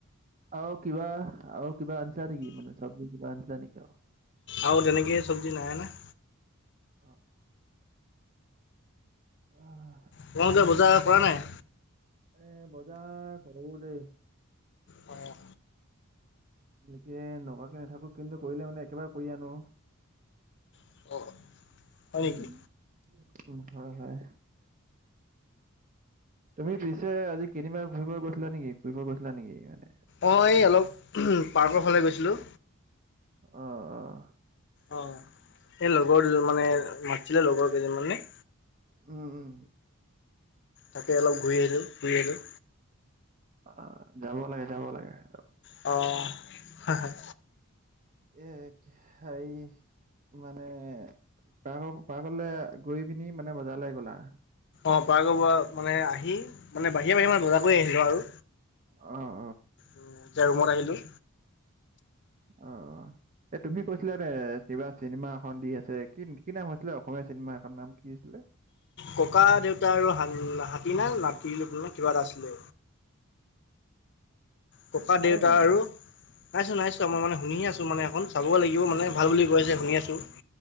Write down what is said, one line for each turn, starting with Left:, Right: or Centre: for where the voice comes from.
Right: আৰু কিবা আৰু কিবা আনিছা নেকি মানে চৱজি কিবা আনিছা নেকি আৰু?
Left: আৰু তেনেকে চব্জি নাই আনা।
Right: অ' অহ'
Left: তোমালোকে বজাৰ কৰা নাই?
Right: এ বজাৰ কৰো দেই।
Left: অঁ'
Right: তেনেকে নকৱাকে নাথাকো। কিন্তু, কৰিলে মানে একেবাৰে কৰি আনো আও।
Left: হয়
Right: উম'
Left: নেকি?
Right: উম' হয় হয়। তুমি পিছে আজি কেনিবা ফুৰিব গৈছিলা নেকি ফুৰিব গৈছিলা নেকি মানে।
Left: অঁ' এই অলপ পাৰ্কৰ ফালে গৈছিলোঁ।
Right: অঁ অঁ।
Left: অঁ' এই লগৰ দুজনমানে মাতিছিলে লগৰ কেইজনমানে।
Right: উম উম'
Left: তাকে অলপ ঘূৰি আহিলো ফুৰি আছিলো।
Right: অঁ' যাব লাগে যাব লাগে অলপ।
Left: অ'‌ হাঁ হাঁ।
Right: এক হায়ি- মানে, পাৰ্ক পাৰ্কলে গৈ পিনি মানে বজাৰলে গ'লা।
Left: অঁ' পাৰ্গ পৰা মানে আহি মানে বাহিৰে বাহিৰে মানে বজাৰ কৰি আনিলো আৰু।
Right: অঁ'
Left: উম' এতিয়া ৰুমত আহিলো।
Right: অঁ অঁ, এ তুমি কৈছিলা যে কিবা- চিনেমা এখন দি আছে, কি কি নাম হৈছিলে অসমীয়া চিনেমা সেখন নাম কি হৈছিলে?
Left: ককা দেউতা আৰু হাতী নে নাতি কিবা এটা আছিলে। ককা
Right: অ, চালা
Left: দেউতা
Right: নাই?
Left: আৰু- নাইচোৱা নাই চোৱা মই মানে শুনিহে আছো মানে সেখন চাবগে লাগিব মানে ভাল বুলি কৈছে শুনি আছোঁ।